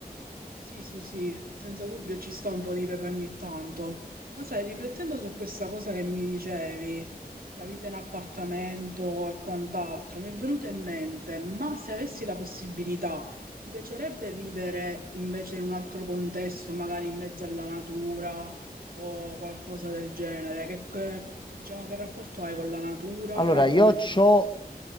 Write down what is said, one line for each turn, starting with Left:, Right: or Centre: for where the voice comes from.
Right: Sì, sì, sì, senza dubbio ci sta un po' di pepe ogni tanto. Ma sai, riflettendo su questa cosa che mi dicevi, la vita in appartamento e quant'altro, mi è venuto in mente, ma se avessi la possibilità, ti piacerebbe vivere invece in un altro contesto, magari in mezzo alla natura o qualcosa del genere? Che, che- diciamo, che rapporto hai con la natura
Left: Allora,
Right: e
Left: io
Right: come
Left: c'ho,
Right: ti